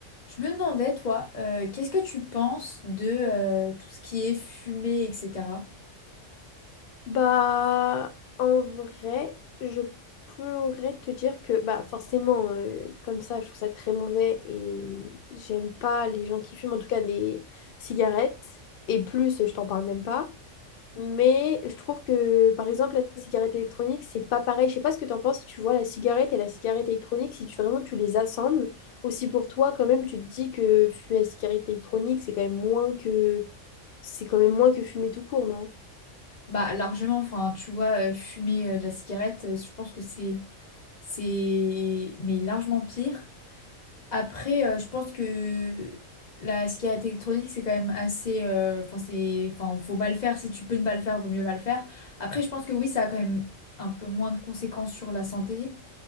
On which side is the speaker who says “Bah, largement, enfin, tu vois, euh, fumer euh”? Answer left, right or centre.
Left